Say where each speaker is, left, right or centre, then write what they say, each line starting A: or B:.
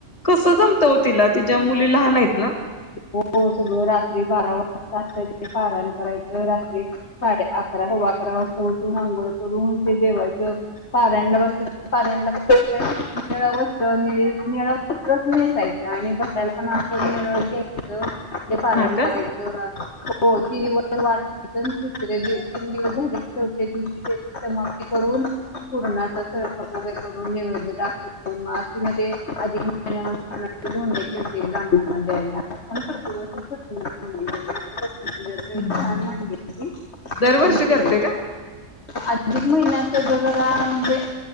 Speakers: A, on the left (about 30°); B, on the left (about 60°).
A: कस जमत ओ तिला तिच्या मुली लहान आहेत ना
B: हो. हो सगळ रात्री बारा वाजता अस पाराण करायच रात्री साडे अकरा सवा अकरा उठून आघोळ करून ते देवायचं पारायणला बसली पारायन <unintelligible> निळा वस्त्र निळी निळ वस्त्रच नेसायचं आणि बसयला पण अस निळचं घाय <unintelligible> ते पारायण
A: हा का
B: करायच हो तीन दिवस वाचायचं आणि तिसऱ्या दिव तीन दिवस झालं की चौथ्या दिवशी समाप्ती करून पुरणाचा स्वयंपाक वगैरे करून नैवेद्य दाखवून म आज तिनं ते अधिक महिन्यात <unintelligible> ते धोंडे केलते जम्याना द्यायला नंतर <unintelligible> एवढी
A: हम्म हम्म
B: छान
A: हम्म.
B: मांडली होती
A: दरवर्षी
B: छान
A: करते
B: केली
A: का
B: अधिक महिन्यात जरा म्हणजेे